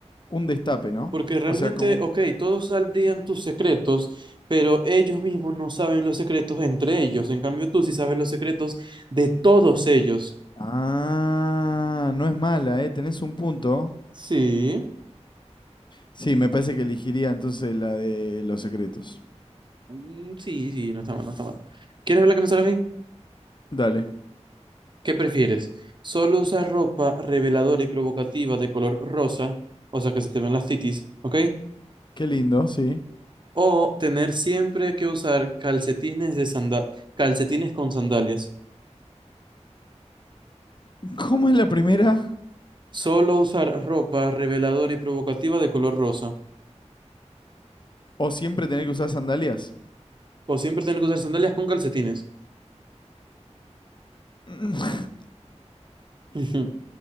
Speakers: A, on the left; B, on the right.
A: un destape, ¿no?
B: Porque realmente,
A: O sea, como...
B: ok, todos sabrían tus secretos, pero ellos mismos no saben los secretos entre ellos. En cambio, tú sí sabes los secretos de todos ellos.
A: Ah, no es mala, ¿eh? Tenés un punto.
B: Sí,
A: Sí, me parece que elegiría entonces la de los secretos.
B: mm, sí, sí, no está mal, no está mal. ¿Quieres ver la camisola a mí?
A: Dale.
B: ¿Qué prefieres? ¿Solo usar ropa reveladora y provocativa de color rosa, o sea, que se te ven las titis, ok?
A: Qué lindo, sí.
B: ¿O tener siempre que usar calcetines de sanda- calcetines con sandalias?
A: ¿Cómo es la primera?
B: ¿Solo usar ropa reveladora y provocativa de color rosa?
A: ¿O siempre tener que usar sandalias?
B: O siempre tener que usar sandalias con calcetines.
A: <laughs>
B: Ujú.